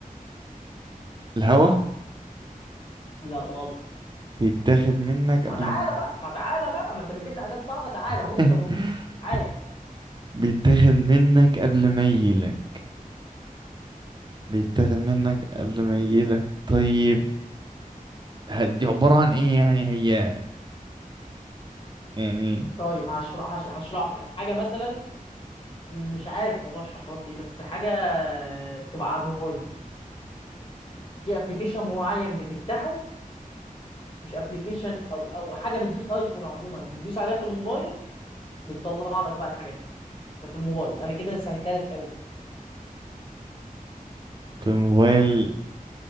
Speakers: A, on the right (about 30°); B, on the left (about 35°).
A: الهوا
B: لا غلط
A: بيتاخد منك
B: ما
A: قبل
B: تعالى
A: ما
B: بقى ما تعالى بقى ما انت بتجيب لي حاجات صعبه تعالى
A: <laughs>
B: بص اهو عادي
A: بيتاخد منك قبل ما يجيلك بيتاخد منك قبل ما يجيلك طيب ه- دي عبارة عن ايه يعني هي يعني
B: طيب هشرح هش- هشرح لك حاجه مثلا مش عارف والله اشرح لك ايه بس حاجه بتبقى على الموبايل في ابلكيشن معين بتفتحه مش ابلكيشن او او حاجه بتدوس ايكون عموما بتدوس عليها في الموبايل بتطلع لك بقى الحاجه دي ده في الموبايل انا كده سهلتها لك قوي
A: في الموبايل